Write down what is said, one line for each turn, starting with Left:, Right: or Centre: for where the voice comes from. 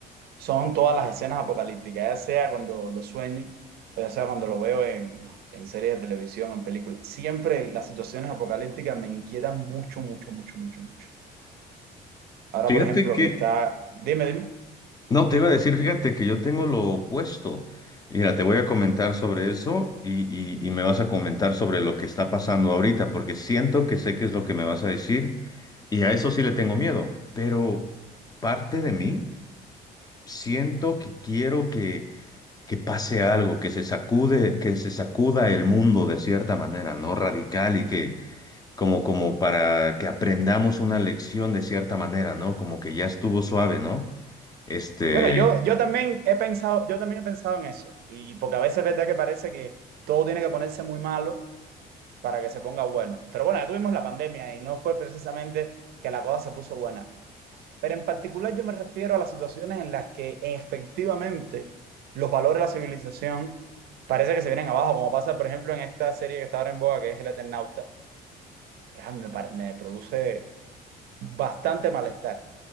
Right: son todas las escenas apocalípticas, ya sea cuando lo sueño, ya sea cuando lo veo en, en series de televisión, en películas. Siempre las situaciones apocalípticas me inquietan mucho, mucho, mucho, mucho, mucho. Ahora,
Left: Fíjate
Right: por ejemplo,
Left: que,
Right: que está... Dime, dime.
Left: no, te iba a decir, fíjate que yo tengo lo opuesto. Mira, te voy a comentar sobre eso y, y, y me vas a comentar sobre lo que está pasando ahorita, porque siento que sé qué es lo que me vas a decir y a eso sí le tengo miedo, pero parte de mí siento que quiero que que pase algo, que se sacude, que se sacuda el mundo de cierta manera, ¿no? Radical y que como como para que aprendamos una lección de cierta manera, ¿no? Como que ya estuvo suave, ¿no? Este,
Right: Bueno, yo, yo también he pensado, yo también he pensado en eso. Y porque a veces es verdad que parece que todo tiene que ponerse muy malo para que se ponga bueno. Pero bueno, ya tuvimos la pandemia y no fue precisamente que la cosa se puso buena. Pero en particular yo me refiero a las situaciones en las que efectivamente los valores de la civilización parece que se vienen abajo, como pasa, por ejemplo, en esta serie que está ahora en boga, que es El Eternauta, que a mí me, pare- me produce bastante malestar